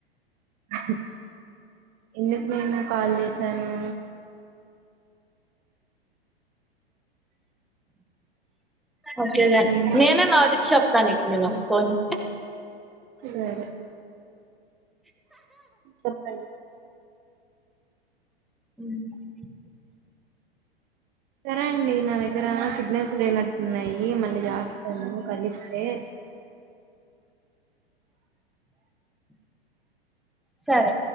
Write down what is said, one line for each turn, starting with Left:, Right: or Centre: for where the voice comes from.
Right: <inaudible> ఎందుకు నేను కాల్ చేసాను
Centre: ఓకే దెన్
Right: ఉమ్.
Centre: నేనే మా వదిన్క్ చెప్తాను నేను ఓపుకొని
Right: సరేే చెప్పండి
Centre: హమ్
Right: సరే అండి నాన్ దగ్గర సిగ్నల్స్ లేనట్టు ఉన్నాయి మళ్ళీ చేస్తాను కలిస్తే
Centre: సరే